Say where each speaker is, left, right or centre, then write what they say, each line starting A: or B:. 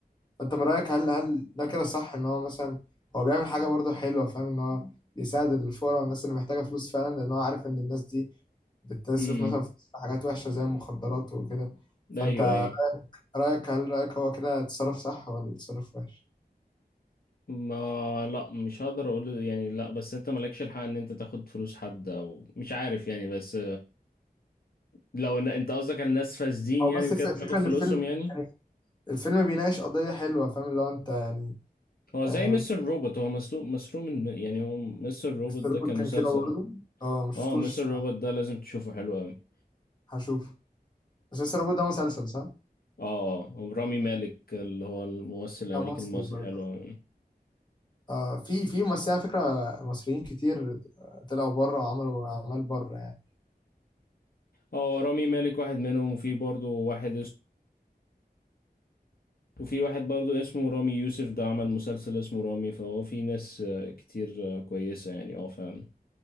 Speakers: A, on the left; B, on the left.
A: فأنت من رأيك هل هل ده كده صح إن هو مثلا هو بيعمل حاجة برضه حلوة فاهم إن هو بيساعد الفقراء والناس اللي محتاجة فلوس فعلا لأن هو عارف إن الناس دي بتصرف
B: امم
A: مثلا في حاجات وحشة زي المخدرات وكده فأنت
B: ايوه ايوه
A: رأيك هل رأيك هو كده اتصرف صح ولا اتصرف وحش؟
B: ما لا مش هقدر اقول يعني لا بس انت مالكش الحق ان انت تاخد فلوس حد او مش عارف يعني بس لو ان انت قصدك على الناس فاسدين
A: أو
B: يعني
A: بس
B: وكده
A: الف- الفكرة
B: بياخد
A: إن
B: فلوسهم
A: الفيلم
B: يعني
A: يعني الفيلم بيناقش قضية حلوة فاهم اللي هو أنت يعني
B: هو زي
A: آه،
B: مستر روبوت هو مسروق مسروق من يعني هو مستر روبوت
A: مستر
B: ده
A: روبوت
B: كان مسلسل
A: كان كده برضه أه مشفتوش
B: اه مستر
A: الصراحة
B: روبوت ده لازم تشوفه حلو قوي
A: هشوفه بس مستر روبوت ده مسلسل صح؟
B: اه آه، هو رامي مالك اللي هو الممثل الامريكي
A: لا مصري
B: المصري
A: برضه
B: حلو قوي
A: آه في في ممثلين على فكرة مصريين كتير آه، طلعوا بره وعملوا أعمال بره يعني.
B: اه رامي مالك واحد منهم وفي برضه واحد وفي واحد برضو اسمه رامي يوسف ده عمل مسلسل اسمه رامي فهو في ناس آه، كتير آه، كويسة يعني اه فعلا